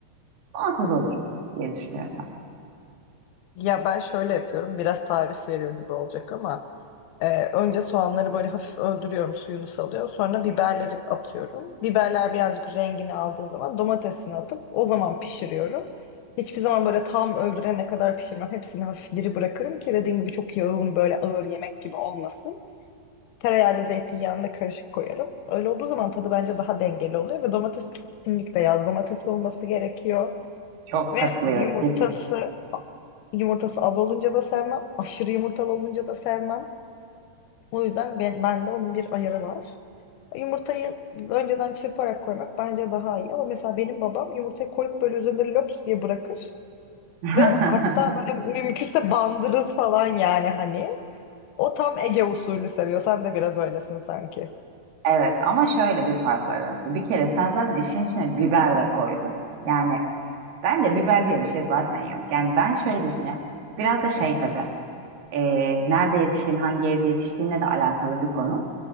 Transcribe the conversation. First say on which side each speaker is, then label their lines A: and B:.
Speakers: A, on the right; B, on the left.
A: bağımsız olur diye düşünüyorum ben.
B: Ya ben şöyle yapıyorum, biraz tarif veriyor gibi olacak ama Ee, önce soğanları böyle hafif öldürüyorum, suyunu salıyor. Sonra biberleri atıyorum. Biberler birazcık rengini aldığı zaman domatesini atıp o zaman pişiriyorum. Hiçbir zaman böyle tam öldürene kadar pişirmem. Hepsini hafif diri bırakırım ki dediğim gibi çok yağın böyle ağır yemek gibi olmasın. Tereyağıyla zeytinyağını da karışık koyarım. Öyle olduğu zaman tadı bence daha dengeli oluyor ve domates kesinlikle yaz domatesi olması gerekiyor.
A: Çok
B: Ve
A: katılıyorum
B: yumurtası
A: kesinlikle.
B: yumurtası az olunca da sevmem, aşırı yumurtalı olunca da sevmem. O yüzden ben, bende onun bir ayarı var. Yumurtayı önceden çırparak koymak bence daha iyi. Ama mesela benim babam yumurtayı koyup böyle üzerinde löps diye bırakır.
A: <laughs>
B: Ve hatta böyle mümkünse bandırır falan yani hani. O tam Ege usulü seviyor. Sen de biraz öylesin sanki.
A: Evet ama şöyle bir fark var aramızda. Bir kere sen zaten işin içine biber de koydun. Yani ben de biber diye bir şey zaten yok. Yani ben şöyle düşünüyorum. Biraz da şey tabii. e, nerede yetiştiğin, hangi evde yetiştiğinle de alakalı bir konu.